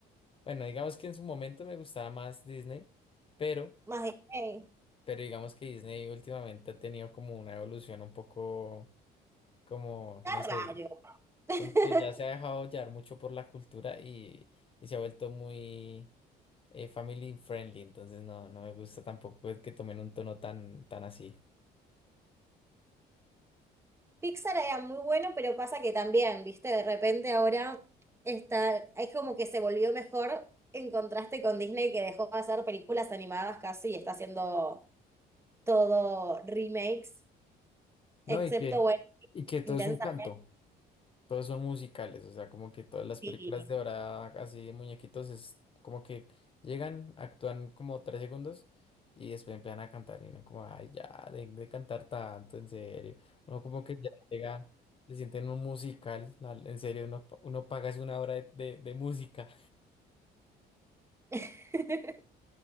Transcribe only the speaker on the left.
Bueno, digamos que en su momento me gustaba más Disney, pero,
pero digamos que Disney últimamente ha tenido como una evolución un poco como,
no sé.
Como que ya se ha dejado llevar mucho por la cultura y, y se ha vuelto muy eh, family friendly, entonces no, no me gusta tampoco el que tomen un tono tan, tan así.
No,
y que,
y que todo
es un canto. Todos son musicales, o sea, como que todas las
películas de ahora, así de muñequitos, es como que llegan, actúan como tres segundos y después empiezan a cantar. Y uno, como, ay, ya, de, de cantar tanto, en serio. Uno, como que ya llega, se siente en un musical, la- en serio, uno, pa- uno paga es una hora de, de- de música.